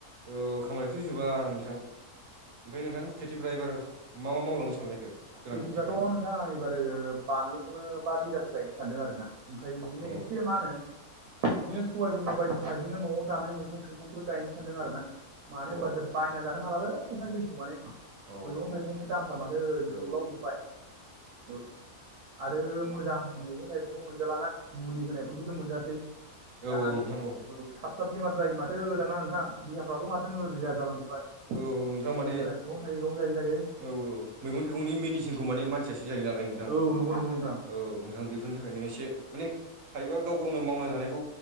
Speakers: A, on the right; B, on the right.
A: औ खामानियाथ' होजोबा नोंथां ओमफ्राय नोंथां खेथि द्राइभार। मा मा मावलांनो सानलनायखो गोरान
B: खेथिफ्राथ'
A: खेथिफ्रा।
B: नोंथां आं एबार बानलुखौनो बा बिगासो गायनो सानदों आरो ना ओमफायो बिदिनो
A: अ
B: एसे मा होनो बिदिनो सबायबिमा बायदिसिना बिदिनो न'आव जानाय मैगं थाइगंफोर गायनो सानदों आरो ना मानो होनबा
A: औ
B: जों बायना जानो हालालै नां जोंथिं माने मैगं
A: औ
B: थाइगंनि दामफ्रा माने ओ जोंब्लाव
A: औ
B: जोबबाय औ आरो मोजां उम मैगं-थाइगंबो मोनजालाना मुलि होनायफोरखौसो मोनजासै दाना
A: औ औ नोंथां।
B: औ थाब-थाब बेमार जायो माथो दाना नोंथां देहाफ्राबो माथो नोरजिया जालांजोबबाय।
A: औ औ नोंथां माने
B: मुलि होनाय मैगं थायो मैगं जायो जायो।
A: औ औ मैगं-थाइगंनि मेडिसिनखौ माने मानसियासो जायो नालाय नोंथां
B: औ नंगौ नंगौ नोंथां
A: औ नोंथां बे बेफोरनि थाखायनो एसे माने हायोबा गाव गावनो मावना जानायखौ